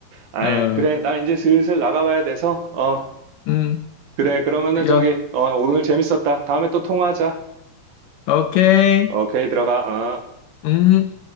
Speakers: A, on the right; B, on the left.
A: 아유,
B: 어,
A: 그래. 나 이제 슬슬 나가봐야 돼서. 어,
B: 음,
A: 그래. 그러면은
B: 그죠?
A: 저기, 어, 오늘 재밌었다. 다음에 또 통화하자.
B: 오케이.
A: 오케이, 들어가. 어.
B: 음.